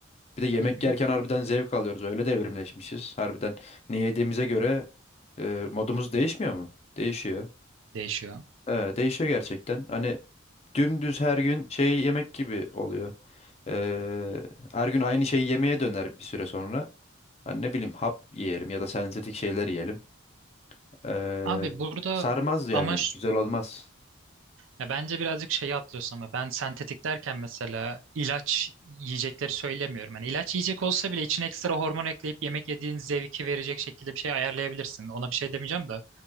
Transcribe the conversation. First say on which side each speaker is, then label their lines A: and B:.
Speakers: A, on the left; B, on the right.
A: Bir de yemek
B: Hı hı,
A: yerken harbiden zevk alıyoruz. Öyle de evrimleşmişiz. Harbiden ne yediğimize göre e, modumuz değişmiyor mu? Değişiyor.
B: değişiyor.
A: Ee, değişiyor gerçekten. Hani dümdüz her gün şey yemek gibi oluyor. Ee, her gün aynı şeyi yemeye döner bir süre sonra. Hani ne bileyim hap yiyelim ya da sentetik şeyler yiyelim. Ee,
B: Abi burada
A: sarmaz yani
B: amaç
A: güzel olmaz.
B: Ya bence birazcık şeyi atlıyorsun ama ben sentetik derken mesela ilaç yiyecekleri söylemiyorum. Hani ilaç yiyecek olsa bile içine ekstra hormon ekleyip yemek yediğin zevki verecek şekilde bir şey ayarlayabilirsin. Ona bir şey demeyeceğim de.